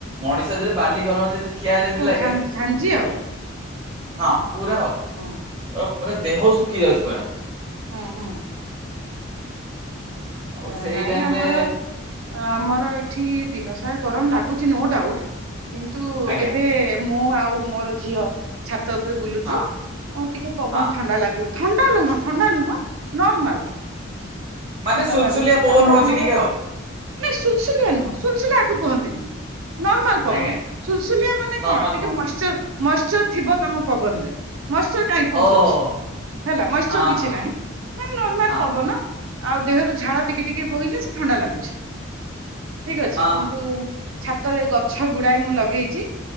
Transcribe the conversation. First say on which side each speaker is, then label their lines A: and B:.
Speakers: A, on the right; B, on the right.
A: ମଣିଷ ଯଦି ବାଲି ଗରମ ଯଦି ଠିଆ ହେଲେ ଯେମିତି ଲାଗେ।
B: ଝନ୍ ଝାଞ୍ଜି ଆଉ।
A: ହଁ ପୁରା ହଉ।
B: ହଁ
A: ଅ ପୁରା ଦେହ ଶୁଖି ଯାଉଛି ପୁରା।
B: ହଁ ହଁ
A: ଆଉ
B: ଓ
A: ସେଇ
B: ନାଇଁ
A: ଟାଇମ
B: ଆମର।
A: ରେ
B: ଆମର ଏଠି ଦିନସାରା ଗରମ ଲାଗୁଛି ନୋ ଡାଉଟ କିନ୍ତୁ
A: ଆଜ୍ଞା
B: ଏବେ। ମୁଁ ଆଉ ମୋର ଝିଅ ଛାତ ଉପରେ ବୁଲୁଚୁ
A: ହଁ
B: ଟିକେ ପବନ
A: ହଁ
B: ଥଣ୍ଡା ଲାଗୁ ଥଣ୍ଡା ନୁହଁ ଥଣ୍ଡା ନୁହଁ ନର୍ମଲ।
A: ମାନେ ସୁଲସୁଲିଆ
B: ଲାଗୁଛି
A: ପବନ
B: ତାପରେ
A: ହଉଛି
B: ଆମର।
A: ଟିକେ ଆଉ
B: ନାଇଁ ସୁଲସୁଲିଆ ନୁହଁ ସୁଲସୁଲିଆକୁ ୟାକୁ କୁହନ୍ତିନି ନର୍ମାଲ। ପବନ
A: ଆଜ୍ଞା ଆଜ୍ଞା
B: ସୁଲସୁଲିଆ ମାନେ
A: ନର୍ମାଲ
B: କଣ ଟିକେ
A: ପବନ
B: ମଇଶ୍ଚର ମଇଶ୍ଚର୍ ଥିବ ତମ ପବନରେ ମଇଶ୍ଚର୍। କାହିଁ
A: ଆଉ
B: କୋଉଠି
A: ଓହୋ
B: ଅଛି ହେଲା ମଏଶ୍ଚର
A: ହୋ, ହଁ
B: କିଛି
A: ହଁ ହଁ
B: ନାହିଁ ମାନେ ନର୍ମାଲ
A: ହଁ
B: ପବନ। ଆଉ ଦେହ ରୁ ଝାଳ ଟିକେ ଟିକେ ବହିଲେ ସେ ଥଣ୍ଡା ଲାଗୁଛି ଠିକ ଅଛି କିନ୍ତୁ
A: ହଁ ହଁ
B: ଛାତ ରେ ଗଛ ଗୁଡାଇ ମୁଁ ଲଗେଇଛି